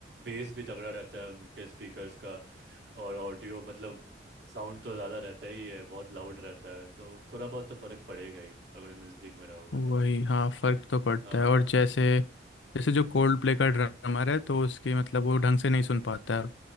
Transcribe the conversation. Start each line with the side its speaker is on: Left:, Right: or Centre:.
Right: बेस भी तगड़ा रहता है उनके स्पीकर्स का और ऑडियो मतलब साउंड तो ज़्यादा रहता ही है बहुत लाउड रहता है तो थोड़ा बहुत तो फ़र्क पड़ेगा ही अगर नज़दीक में रहोगे
Left: वही
Right: तो
Left: हाँ फर्क तो पड़ता
Right: हाँ
Left: है और जैसे जैसे जो
Right: हम्म
Left: कोल्ड
Right: हम्म, हम्म।
Left: प्ले का ड्रमर है तो उसकी मतलब वो ढंग से नहीं सुन पाता है